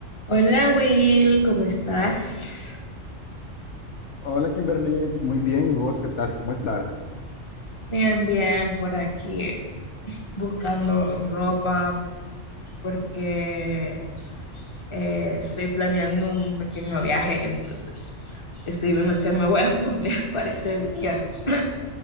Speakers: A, on the left; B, on the left.
A: Hola Will, ¿cómo estás?
B: Hola Kimberly, muy bien. ¿Y vos qué tal? ¿Cómo estás?
A: Bien, bien, por aquí buscando ropa porque eh, estoy planeando un pequeño viaje, entonces estoy viendo qué me voy a poner <laughs> para ese día. <clears throat>